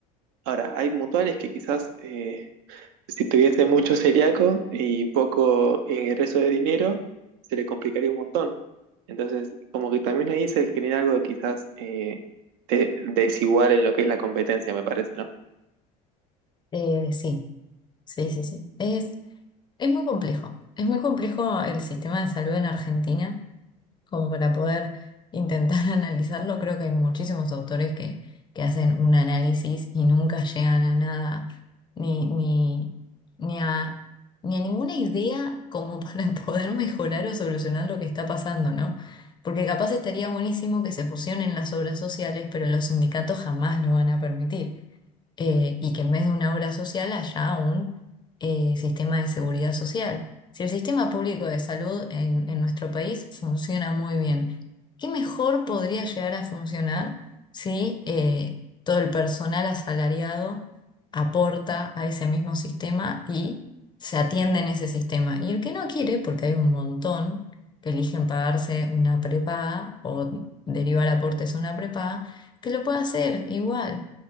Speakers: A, on the right (about 75°); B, on the left (about 25°).
A: Ahora, hay mutuales que quizás eh, si tuviese mucho celíaco y poco ingreso de dinero, se le complicaría un montón. Entonces, como que también ahí se genera algo quizás eh, de- desigual en lo que es la competencia, me parece, ¿no?
B: eh, sí, sí, sí, sí. Es, es muy complejo. Es muy complejo el sistema de salud en Argentina. como para poder intentar <laughs> analizarlo. Creo que hay muchísimos autores que, que hacen un análisis y nunca llegan a nada, ni, ni, ni a, ni a ninguna idea como <laughs> para poder mejorar o solucionar lo que está pasando, ¿no? Porque capaz estaría buenísimo que se fusionen las obras sociales, pero los sindicatos jamás lo van a permitir eh, y que en vez de una obra social haya un eh, sistema de seguridad social. Si el sistema público de salud en, en nuestro país funciona muy bien, ¿qué mejor podría llegar a funcionar si eh, todo el personal asalariado aporta a ese mismo sistema y se atiende en ese sistema? Y el que no quiere, porque hay un montón que eligen pagarse una prepaga o derivar aportes a una prepaga, que lo pueda hacer igual.